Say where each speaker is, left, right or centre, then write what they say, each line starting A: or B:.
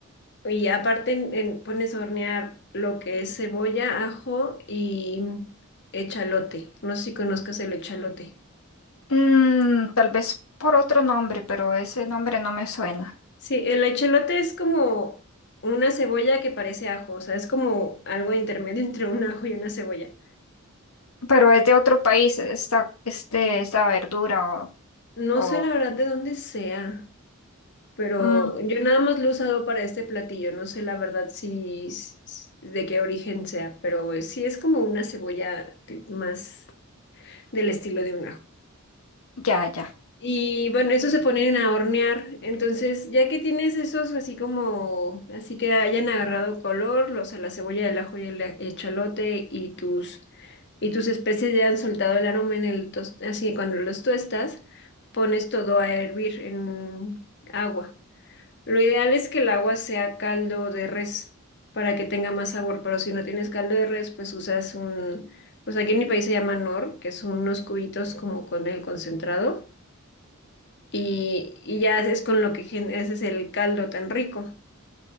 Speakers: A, on the left; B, on the left.
A: Y aparte en- en- pones a hornear lo que es cebolla, ajo y echalote. No sé si conozcas el echalote.
B: mm, tal vez por otro nombre, pero ese nombre no me suena.
A: Sí, el echalote es como una cebolla que parece ajo, o sea, es como algo intermedio <laughs> entre un ajo y una cebolla.
B: Pero es de otro país, esta, este, esta verdura o,
A: No
B: o
A: sé la verdad de dónde sea, pero
B: mm,
A: yo nada más lo he usado para este platillo, no sé la verdad si, si- si, de qué origen sea, pero sí es como una cebolla t- más del estilo de un ajo.
B: ya, ya,
A: Y bueno, eso se ponen a hornear. Entonces, ya que tienes esos así como, así que hayan agarrado color, los a la cebolla, el ajo y el el chalote y tus y tus especies ya han soltado el aroma en el tos- así cuando los tuestas, pones todo a hervir en agua. Lo ideal es que el agua sea caldo de res para que tenga más sabor, pero si no tienes caldo de res, pues usas un, pues aquí en mi país se llama nor, que son unos cubitos como con el concentrado y, y ya es con lo que gen- ese es el caldo tan rico.